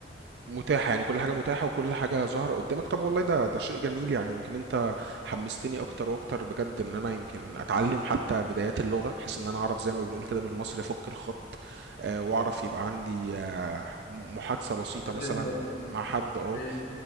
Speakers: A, on the right (about 60°); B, on the left (about 50°).
A: متاحة يعني كل حاجة متاحة وكل حاجة ظاهرة قدامك طب والله ده ده شيء جميل يعني يمكن انت حمستني اكتر واكتر بجد ان انا يمكن اتعلم حتى بدايات اللغة بحيث ان انا اعرف زي ما بنقول كده بالمصري افك الخط آه، واعرف يبقى عندي آه، محادثة بسيطة
B: طريقة
A: مثلا
B: برضه.
A: مع حد اه
B: إيه.